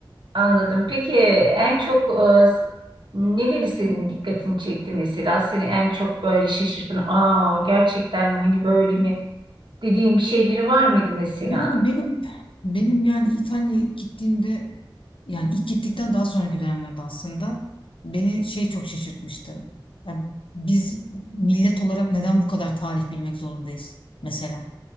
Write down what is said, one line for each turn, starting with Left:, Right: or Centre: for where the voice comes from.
Right: Anladım. Peki en çok e, s- neleri senin dikkatini çekti mesela? Seni en çok böyle şaşırtan, aa gerçekten mi hani böyle mi dediğim bir şeyleri var mıydı mesela?
Left: Yani benim benim yani İtalya'ya gittiğimde Yani ilk gittikten daha sonraki dönemlerde aslında beni şey çok şaşırtmıştı. Ya biz millet olarak neden bu kadar tarih bilmek zorundayız mesela?